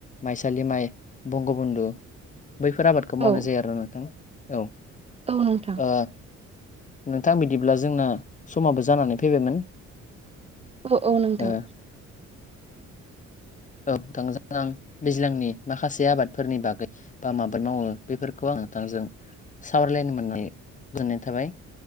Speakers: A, on the left; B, on the right.
A: माइसालि माइ बंग' बधु बैफोर आबाद खौ मावनाय
B: औ
A: जायो आरोना नोंथां औ।
B: औ नोंथां।
A: ओ नोंथां बिदिब्ला जोंना समाबो जानानै फैबायमोन।
B: औ औ नोंथां।
A: ओ औ नोथांजों आं दैज्लांनि माखासे आबादफोरनि बागै बा मा आबाद मावो बेफोरखौ आं नोंथांजों सावरायलायनो मोननानै गोजोननाय थाबाय।